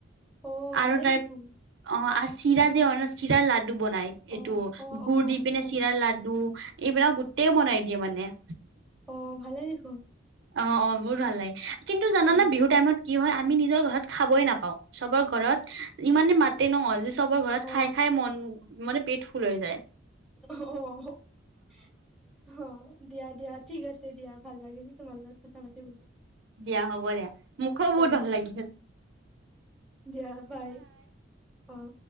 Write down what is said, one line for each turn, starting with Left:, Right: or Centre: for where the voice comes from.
Centre: অ
Right: আৰু
Centre: ভালেই
Right: তাৰ
Centre: দেখোন
Right: অহ আৰু চিৰা যে চিৰাৰ লাডু তো বনাই
Centre: অ
Right: এইটো
Centre: অ অ
Right: গুৰ দি পিনে
Centre: জানো
Right: চিৰাৰ লাডু এইবিলাক গোটেই বনাই দিয়ে মানে
Centre: অহ ভালে দেখোন
Right: অ অ বহুত ভাল লাগে কিন্তু জানানা
Centre: অ
Right: বিহুৰ টাইমত কি হয় আমি নিজৰ ঘৰত খাবই নাপাওঁ। চবৰ ঘৰত ইমানে মাতে ন যে চবৰ ঘৰত
Centre: অ
Right: খাই খাই মন মানে পেট ফুল হৈ যায়।
Centre: অ অ দিয়া দিয়া। ঠিক আছে দিয়া ভাল লাগিল তোমাৰ লগত কথা পাতি বহুত।
Right: দিয়া হ'ব দিয়া মোকো বহুত
Centre: অ
Right: ভাল লাগিল।
Centre: দিয়া বাই। অ